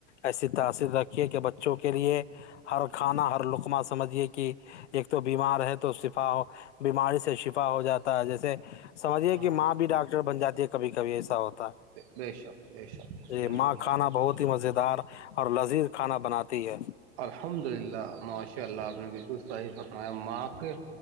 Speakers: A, on the left; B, on the right.
A: ایسی تاثیر رکھی ہے کہ بچوں کے لیئے ہر کھانا ہر لقمہ سمجھیے کہ ایک تو بیمار ہے تو شفا ہو بیماری سے شفا ہو جاتا تا جیسے سمجھیے
B: ہاں
A: کہ ماں بھی ڈاکٹر بن جاتی ہے کبھی کبھی ایسا ہوتا
B: بے شک بے شک
A: جی
B: صحیح
A: ماں
B: فرمایا
A: کھانا
B: آپ
A: بہت
B: نے
A: ہی مزے دار اور لذیذ کھانا بناتی ہے
B: الحمد للہ ماشاء اللہ آپ نے بالکل صحیح فرمایا ماں کے